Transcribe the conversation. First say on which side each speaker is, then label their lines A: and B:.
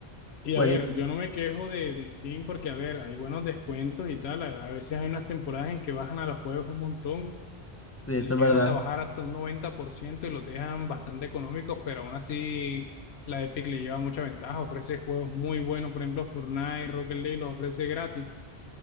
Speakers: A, on the left (about 80°); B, on the left (about 15°).
A: Y
B: Jueguito,
A: a ver, yo no me quejo de, de Steam porque, a ver, hay buenos descuentos y tal. A, a veces hay unas temporadas en que bajan a los juegos un montón,
B: eso
A: le
B: es
A: llegan
B: verdad.
A: hasta bajar hasta un 90% y los dejan bastante económicos, pero aún así la Epic le lleva mucha ventaja. Ofrece juegos muy buenos, por ejemplo, Fortnite, Rocket League los ofrece gratis.